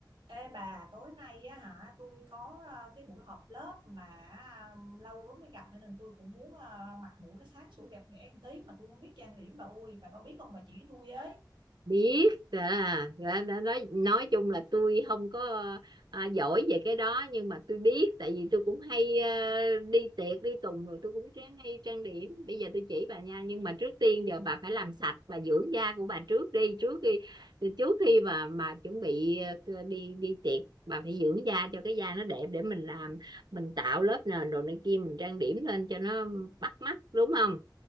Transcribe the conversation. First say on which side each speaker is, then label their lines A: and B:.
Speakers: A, on the right; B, on the right.
A: Ê bà, tối nay á hả, tôi có ờ, cái buổi họp lớp mà ờ, lâu lắm mới gặp nên tôi cũng muốn ờ, mặt mũi nó sáng sủa đẹp đẽ một tí mà tôi không biết trang điểm bà ui, bà có biết không bà chỉ tôi với.
B: biết à, đã, đã nói nói chung là tôi không có à, giỏi về cái đó nhưng mà tôi biết tại vì tôi cũng hay à, đi tiệc đi tùng rồi tôi cũng ráng hay trang điểm bây giờ tôi chỉ bà nha nhưng mà trước tiên giờ bà phải làm sạch và dưỡng da của bà trước đi trước khi trước khi mà mà chuẩn bị à, đi đi tiệc bà phải dưỡng da cho cái da nó đẹp để mình làm mình tạo lớp nền đồ này kia mình trang điểm lên cho nó bắt mắt đúng không